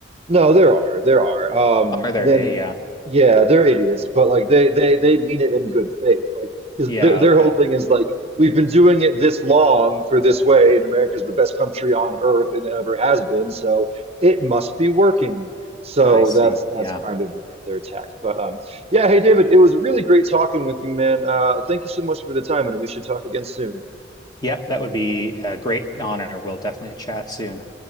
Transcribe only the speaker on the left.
Are there?
Hey, yeah,
yeah,
okay,
I see,
yeah,
yep. That would be a great honor. We'll definitely chat soon.